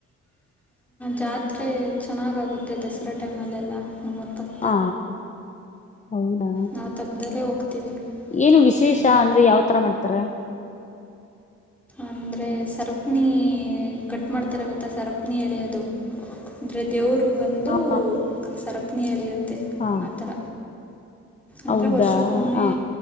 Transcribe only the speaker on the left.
ಹಾ ಹೌದಾ.
ಏನು ವಿಶೇಷ
ಅಂದ್ರೆ ಯಾವ ತರ ಮಾಡ್ತಾರೆ.
ಹ
ಹ
ಹೌದಾ
ಹ